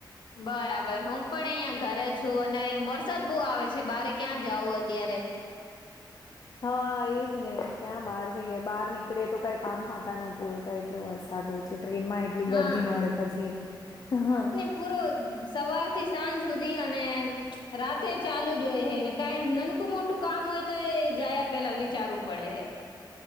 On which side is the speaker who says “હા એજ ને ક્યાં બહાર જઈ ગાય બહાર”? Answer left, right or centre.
Left